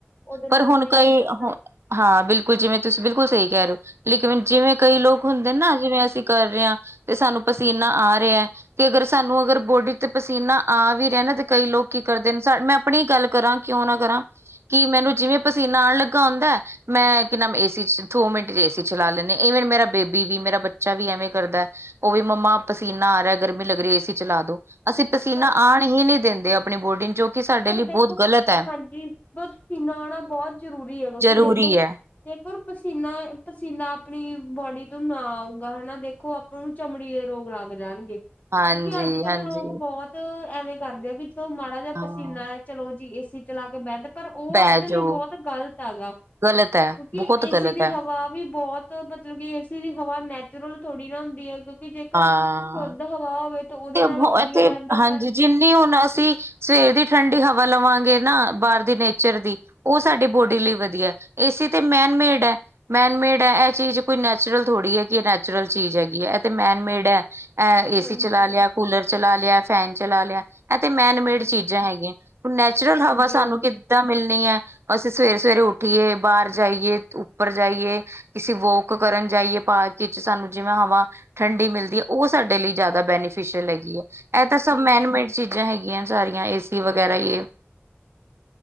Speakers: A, on the left; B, on the right.
A: ਉਹਦੇ ਨਾਲ
B: ਪਰ ਹੁਣ
A: ਜਿਹੜਾ
B: ਕਈ
A: ਗੰਦਾ
B: ਹੁ ਹਾਂ ਬਿਲਕੁਲ ਜਿਵੇਂ ਤੁਸੀਂ ਬਿਲਕੁਲ ਸਹੀ ਕਹਿ ਰਹੇ ਹੋ ਲੇਕਿਨ ਜਿਵੇਂ ਕਈ ਲੋਕ ਹੁੰਦੇ ਨਾ ਜਿਵੇਂ ਅਸੀਂ ਕਰ ਰਹੇ ਹਾਂ ਤੇ ਸਾਨੂੰ ਪਸੀਨਾ ਆ ਰਿਹਾ ਐ ਤੇ ਅਗਰ ਸਾਨੂੰ ਅਗਰ ਬੋਡੀ ਤੇ ਪਸੀਨਾ ਆ ਵੀ ਰਹਿ ਨਾ ਤੇ ਕਈ ਲੋਕ ਕੀ ਕਰਦੇ ਨੇ ਮੈਂ ਆਪਣੀ ਗੱਲ ਕਰਾਂ ਕਿਉਂ ਨਾ ਕਰਾਂ ਕੀ ਮੈਨੂੰ ਜਿਵੇਂ ਪਸੀਨਾ ਆਣ ਲੱਗਾ ਆਉਂਦਾ ਮੈਂ ਕਿ ਨਾਮ ਏਸੀ ਚ ਦੋ ਮਿੰਟ ਚ ਏਸੀ ਚਲਾ ਲੈਨੀ ਈਵਨ ਮੇਰਾ ਬੇਬੀ ਵੀ ਮੇਰਾ ਬੱਚਾ ਵੀ ਐਵੇਂ ਕਰਦਾ ਉਹ ਵੀ ਮੰਮਾ ਪਸੀਨਾ ਆ ਰਿਹਾ ਗਰਮੀ ਲੱਗ ਰਹੀ ਏਸੀ ਚਲਾ ਦੋ ਅਸੀਂ ਪਸੀਨਾ
A: ਪਰ
B: ਆਉਣ ਹੀ ਨਹੀਂੀ ਦਿੰਦੇ ਆਪਣੀ ਬੋਰਡਿੰ ਨੂੰ ਜੋ ਕਿ ਸਾਡੇ
A: ਪਰ
B: ਲਈ ਬਹੁਤ
A: ਦੇਖੋ
B: ਗ਼ਲਤ ਹੈ
A: ਹਾਂਜੀ ਸੀਨਾ ਆਉਣਾ ਬਹੁਤ ਜ਼ਰੂਰੀ ਹੈ ਕਿਉਂਕਿ
B: ਜ਼ਰੂਰੀ
A: ਦੇਖੋ
B: ਹੈ
A: ਜੇਕਰ ਪਸੀਨਾ ਪਸੀਨਾ ਆਪਣੀ ਬੋਡੀ ਤੋਂ ਨਾ ਆਊਗਾ ਹਨਾ ਦੇਖੋ ਅ ਨੂੰ ਚਮੜੀ ਦੇ ਰੋਗ ਲੱਗ ਜਾਣਗੇ ਕਿਉਂਕਿ
B: ਹਾਂਜੀ
A: ਅੱਜ ਕੱਲ੍ਹ
B: ਹਾਂਜੀ
A: ਲੋਕ ਬਹੁਤ ਐਵੇਂ ਕਰਦੇ ਆ ਵੀ ਜਦੋ ਮਾੜਾ ਜਿ
B: ਹਾਂ
A: ਪਸੀਨਾ ਹੈ ਚਲੋ ਜੀ ਏਸੀ ਚਲਾ ਕੇ ਬੈਡ ਪਰ ਉਹ
B: ਬੈਜੋ
A: ਆਪਣੇ ਲਈ ਬਹੁਤ ਗ਼ਲਤ ਆ ਗਾ ਕਿਉਂਕਿ
B: ਗ਼ਲਤ ਹੈ ਬਹੁਤ
A: ਏਸੀ
B: ਗ਼ਲਤ
A: ਦੀ
B: ਹੈ
A: ਹਵਾ ਵੀ ਬਹੁਤ ਮਤਲਬ ਕਿ ਏਸੀ ਦੀ ਹਵਾ ਨੈਚੁਰਲ ਥੋੜੀ ਨਾ ਹੁੰਦੀ ਹੈ ਕਿਉਂਕਿ ਜੇਕਰ
B: ਹਾਂ
A: ਸ਼ੁੱਧ ਹਵਾ ਹੋਵੇ ਉਹਦੇ
B: ਤੇ
A: ਨਾਲੋਂ ਵਧੀਆ ਰਹਿੰਦਾ
B: ਹਾਂਜੀ
A: ਪਰ
B: ਜਿੰਨੀ ਹੁਣ ਅਸੀਂ ਸਵੇਰ ਦੀ ਠੰਢਡੀ ਹਵਾ ਲਵਾਂਗੇ ਨਾ ਬਾਹਰ ਦੀ ਨੇਚਰ ਦੀ ਉਹ ਸਾਡੀ ਬੋਡੀ ਲਈ ਵਧੀਆ ਏਸੀ ਤੇ ਮੈਨ ਮੇਡ ਐ ਮੈਨਮੇਡ ਹੈ ਇਹ ਚੀਜ਼ ਕੋਈ ਨੈਚੁਰਲ ਥੋੜ੍ਹੀ ਹੈ ਕਿ ਇਹ ਨੈਚੁਰਲ ਚੀਜ਼ ਹੈਗੀ ਹੈ ਇਹ ਤੇ ਮੈਨਮੇਡ ਐ ਅ
A: ਹਾਂਜੀ
B: ਏ-ਸੀ ਚਲਾ ਲਿਆ ਕੂਲਰ ਚਲਾ ਲਿਆ ਫੈਨ ਚਲਾ ਲਿਆ, ਇਹ ਤੇ ਮੈਨਮੇਡ
A: ਹਾਂਜੀ
B: ਚੀਜ਼ਾਂ ਹੈਗੀਆਂ ਨੈਚੁਰਲ ਹਵਾ
A: ਹਾਂਜੀ
B: ਸਾਨੂੰ
A: ਹਾਂਜੀ
B: ਕਿ ਕਿਦਾ ਮਿਲਣੀਆ ਅਸੀਂ ਸਵੇਰੇ ਸਵੇਰੇ ਉੱਠੀਏ ਬਾਹਰ ਜਾਈਏ ਉੱਪਰ ਜਾਈਏ ਕਿਸੀ ਵੋਕ ਕਰਨ ਜਾਈਏ ਪਾਰਕ ਵਿੱਚ ਸਾਨੂੰ ਜਿਵੇਂ ਹਵਾ ਠੰਡੀ ਮਿਲਦੀ ਹੈ। ਉਹ ਸਾਡੇ ਲਈ ਜ਼ਿਆਦਾ ਬੈਨੀਫਿਸ਼ਲ ਹੈਗੀ ਹੈ
A: ਹਾਂਜੀ
B: ਇਹ ਤਾਂ ਸਭ ਮੈਨ ਮੇਡ ਚੀਜ਼ਾਂ ਹੈਗੀਆਂ ਸਾਰੀਆਂ ਏਸੀ ਵਗੈਰਾ ਹ